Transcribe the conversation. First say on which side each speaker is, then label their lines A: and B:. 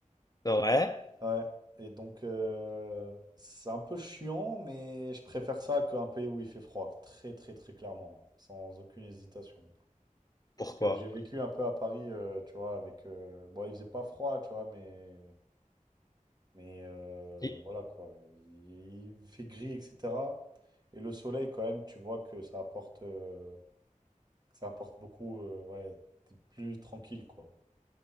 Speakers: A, on the left; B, on the right.
A: Ouais,
B: Ouais. Et donc, euh, c'est un peu chiant, mais je préfère ça qu'un pays où il fait froid. Très, très, très clairement. Sans aucune hésitation.
A: pourquoi?
B: Parce que j'ai vécu un peu à Paris, euh, tu vois, avec... euh, Bon, il faisait pas froid, tu vois, mais... Mais euh,
A: Et-
B: voilà, quoi. Il, il fait gris, etc. Et le soleil, quand même, tu vois que ça apporte... euh, que ça apporte beaucoup... euh, ouais, t'es plus tranquille, quoi.